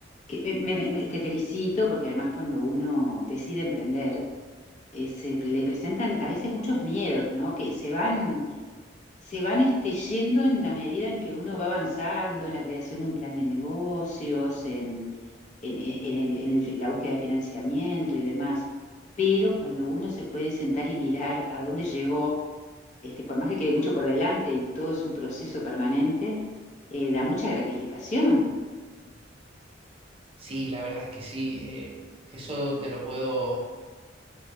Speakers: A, on the left (about 40°); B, on the right (about 30°).
A: Que, me- me- me- te felicito porque además cuando uno decide emprender, eh, se pre- le presentan a veces muchos miedos, ¿no? Que se van se van este, yendo en la medida en que uno va avanzando en la creación de un plan de negocios, en, en- en- en el- en el la búsqueda de financiamiento y demás. Pero cuando uno se puede sentar y mirar a dónde llegó, este, por más que quede mucho por delante y todo es un proceso permanente, eh, da mucha gratificación.
B: Sí, la verdad es que sí, eh, eso te lo puedo,